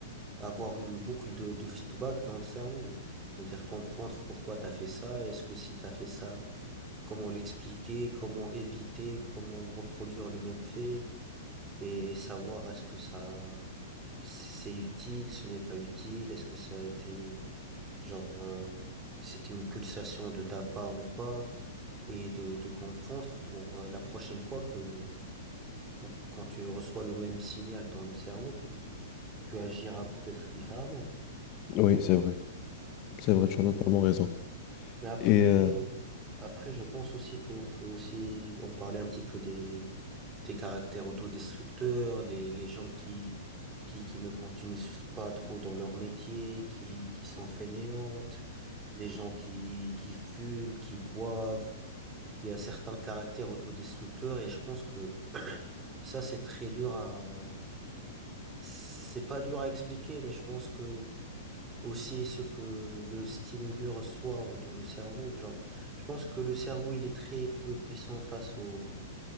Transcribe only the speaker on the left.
oui, c'est vrai. C'est vrai, tu as totalement raison.
Et euh,